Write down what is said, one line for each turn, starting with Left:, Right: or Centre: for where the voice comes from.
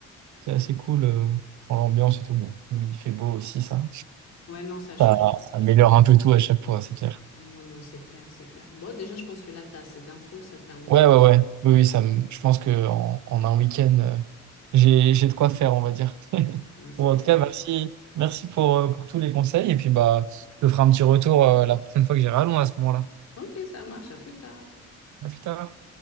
Right: c'est assez cool. euh, enfin, l'ambiance et tout bon, mais il fait beau aussi ça.
Left: Ouais, non, ça change.
Right: Ça améliore un peu tout à chaque fois, c'est clair.
Left: Ah Non, non, c'est clair, c'est clair. Bon, déjà, je pense que là, tu as assez d'infos, ça te permettra.
Right: Ouais ouais ouais oui oui ça me- je pense que en, en un week-end euh, j'ai j'ai de quoi faire on va dire. <laughs>
Left: Bon, c'est
Right: Bon,
Left: clair.
Right: en tout cas merci merci pour, euh, pour tous les conseils et puis bah je te ferai un petit retour euh, la prochaine fois que j'irai à Londres à ce moment-là.
Left: Ok, ça marche, à plus tard.
Right: À plus tard.